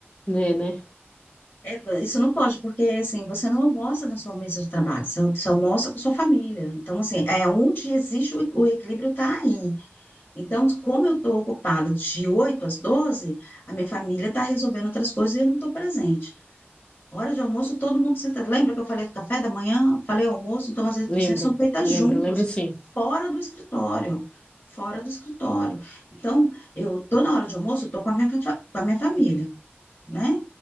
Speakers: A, on the left; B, on the left.
A: né né?
B: é, isso não pode, porque assim, você não almoça na sua mesa de trabalho, você, você almoça com sua família. Então, assim, é onde existe o, o equilíbrio está aí. Então, como eu estou ocupada de oito às doze a minha família está resolvendo outras coisas e eu não estou presente. Hora de almoço, todo mundo senta. Lembra que eu falei do café da manhã? Falei almoço, então as refeições
A: Lembro,
B: são feitas
A: lembro,
B: juntos,
A: lembro sim.
B: fora do escritório. Fora do escritório. Então, eu tô na hora de almoço, eu tô com a minha, fa- com a minha família né?